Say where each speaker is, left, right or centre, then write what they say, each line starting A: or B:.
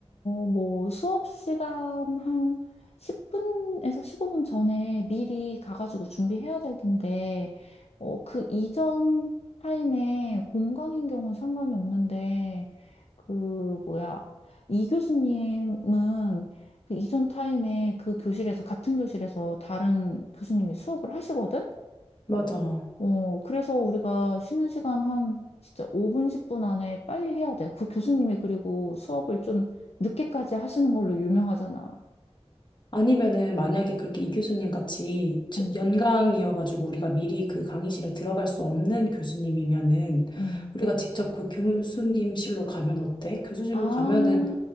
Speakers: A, on the left; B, on the left.
A: 뭐 수업 시간 한 10분에서 15분 전에 미리 가가지고 준비해야 될 텐데, 어, 그 이전 타임에 공강인 경우는 상관이 없는데, 그, 뭐야, 이 교수님은 그 이전 타임에 그 교실에서, 같은 교실에서 다른 교수님이 수업을 하시거든?
B: 맞아.
A: 어, 그래서 우리가 쉬는 시간 한 진짜 5분, 10분 안에 빨리 해야 돼. 그 교수님이 그리고 수업을 좀 늦게까지 하시는 걸로 유명하잖아.
B: 아니면은 만약에 그렇게 이 교수님 같이 저-
A: 어,
B: 연강이어가지고 우리가 미리 그 강의실에 들어갈 수 없는 교수님이면은
A: 음.
B: 우리가 직접 그 교수님실로 가면 어때? 교수실로
A: 아,
B: 가면은